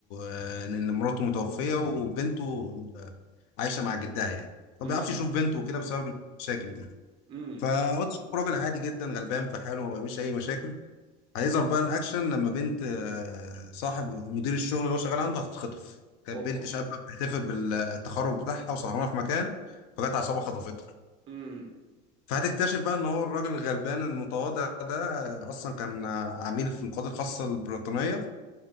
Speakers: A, on the left; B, on the right.
A: آه، ان مراته متوفية وبنته آه، عايشة مع جدها يعني ما
B: امم
A: بيعرفش يشوف بنته كده بسبب المشاكل دي
B: امم
A: فقلت شوف راجل عادي جدا غلبان في حاله ما بيعملش اي مشاكل هيظهر بقى الاكشن لما بنت آه، صاحب مدير الشغل اللي هو شغال عنده هتتخطف كانت
B: اوبا
A: بنت شابه بتحتفل بالتخرج بتاعها وسهرانه في مكان فجت عصابه خطفتها
B: امم
A: فهتكتشف بقى ان هو الراجل الغلبان المتواضع ده آه، اصلا كان آه، عميل في القوات الخاصه البريطانيه